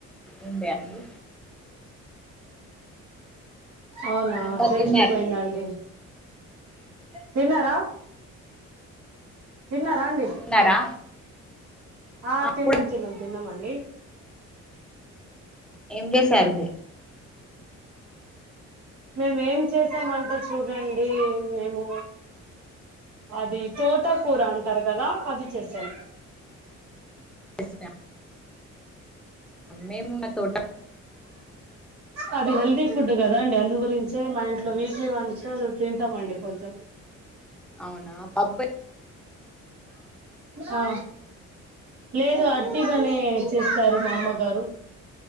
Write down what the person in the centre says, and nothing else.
ఉండె అండి
ఇంకా
తిన్నారా
తిన్నారా
అప్పుడు
ఏం జెశారు మీరు
ఎస్నా మేమున్న తోట
అవునా పప్పే